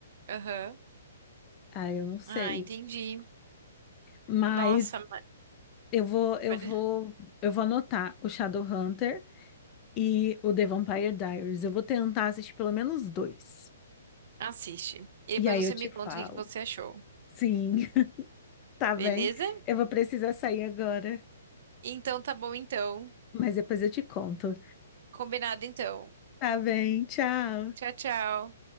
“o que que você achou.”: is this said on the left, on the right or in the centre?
Right